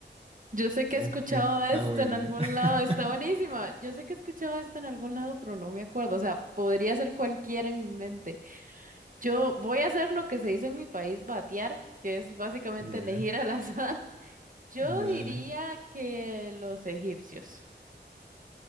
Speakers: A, on the right; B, on the right.
A: Yo sé que
B: Es-
A: he escuchado
B: Está
A: esto
B: buena.
A: en algún
B: <laughs>
A: lado, está buenísima. Yo sé que he escuchado esto en algún lado, pero no me acuerdo. O sea, podría ser cualquiera en mi mente. Yo voy a hacer lo que se dice en mi país, batear, que es básicamente
B: Ya.
A: elegir al azar. <laughs> Yo
B: Dale.
A: diría que los egipcios.